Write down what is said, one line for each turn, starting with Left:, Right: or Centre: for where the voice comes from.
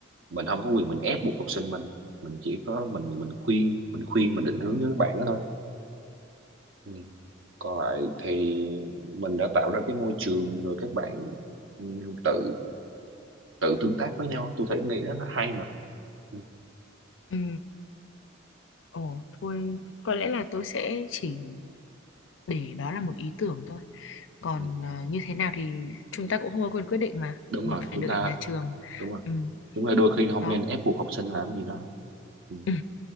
Right: mình không có quyền mình ép buộc học sinh mình mình chỉ có mình mình khuyên mình khuyên mình định hướng cho các bạn đó thôi ừ. còn lại thì mình đã tạo ra cái môi trường rồi các bạn ừ, tự tự tương tác với nhau tôi thấy nghĩ rất là hay mà Ừ.
Left: Ừ, ồ thôi có lẽ là tôi sẽ chỉ để đó là một ý tưởng thôi. Còn
Right: Ừ.
Left: ờ, như thế nào thì chúng ta cũng không có quyền quyết định mà
Right: đúng
Left: Ừ,
Right: rồi
Left: phải
Right: chúng
Left: đợi
Right: ta
Left: nhà trường.
Right: đúng rồi
Left: Ừ,
Right: chúng ta đôi khi không
Left: đó.
Right: nên ép buộc học sinh làm gì đó ừ.
Left: <laughs> Ừ,